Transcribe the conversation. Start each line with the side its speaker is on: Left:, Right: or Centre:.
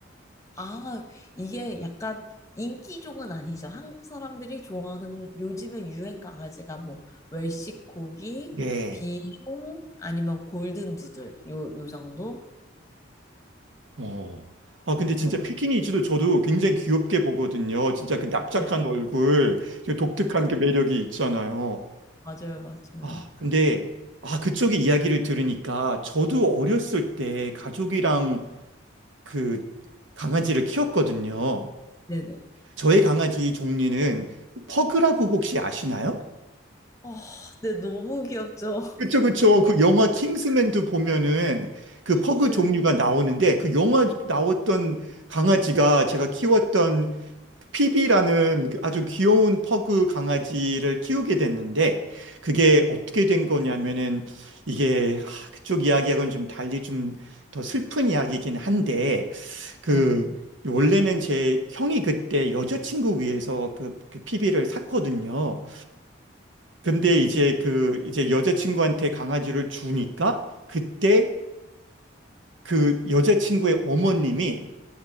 Left: 아, 이게 약간 인기종은 아니죠. 한국 사람들이 좋아하는 요즘에 유행 강아지가 뭐 웰시 코기,
Right: 네.
Left: 비숑 아니면 골든 두들 요 요 정도인
Right: 어. 아, 근데 진짜
Left: 것 같아요.
Right: 피키니즈도 저도 굉장히 귀엽게 보거든요. 진짜 그 납작한
Left: 네,
Right: 얼굴, 그 독특한 그 매력이 있잖아요.
Left: 맞아요, 맞아요,
Right: 아,
Left: 맞아요.
Right: 근데, 아, 그쪽의 이야기를 들으니까 저도 어렸을 때 가족이랑 그 강아지를 키웠거든요.
Left: 네네.
Right: 저의 강아지 종류는 퍼그라고 혹시 아시나요?
Left: 아, 네, 너무 귀엽죠. <laughs>
Right: 그쵸,
Left: 거기는.
Right: 그쵸. 그 영화 킹스맨도 보면은 그
Left: 아,
Right: 퍼그
Left: 네.
Right: 종류가 나오는데 그 영화 나왔던 강아지가 제가 키웠던 피비라는 그 아주 귀여운 퍼그 강아지를 키우게 됐는데 그게 어떻게 된 거냐면은 이게 하, 그쪽 이야기하고는 좀 달리 좀 더 슬픈 이야기이긴 한데 그
Left: 아, 네.
Right: 원래는 제 형이 그때 여자친구 위해서 그, 그 피비를 샀거든요. 근데
Left: 네.
Right: 이제 그 이제 여자친구한테 강아지를 주니까 그때 그 여자친구의 어머님이